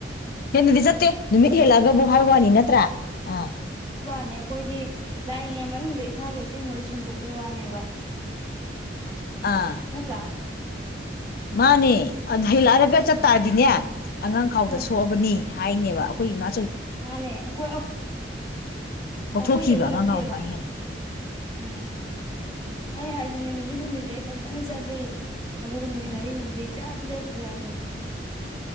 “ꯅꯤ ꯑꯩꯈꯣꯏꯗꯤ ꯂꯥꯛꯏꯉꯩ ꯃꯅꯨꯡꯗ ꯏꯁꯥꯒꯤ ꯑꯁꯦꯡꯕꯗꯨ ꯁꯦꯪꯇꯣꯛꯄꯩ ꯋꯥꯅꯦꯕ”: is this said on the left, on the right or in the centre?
Right